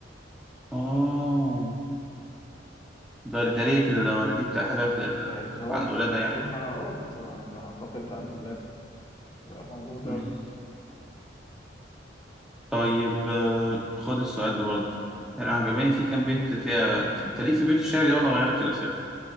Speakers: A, in the centre; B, on the left.
A: آه ده ده ليه كده ده ولا دي بتاع حاجة
B: آه، هو
A: عن
B: د-
A: الولادة
B: اكيد
A: يعني
B: مع اه بتبقى- بتبقى اعتقد بعد الولادة بتبقى موجودة
A: مم. طيب آه، خد السؤال ده برضه
B: مم.
A: أنا عجباني في كام بيت فيها أنت ليك في بيوت الشعر دي ولا أغير لك الأسئلة؟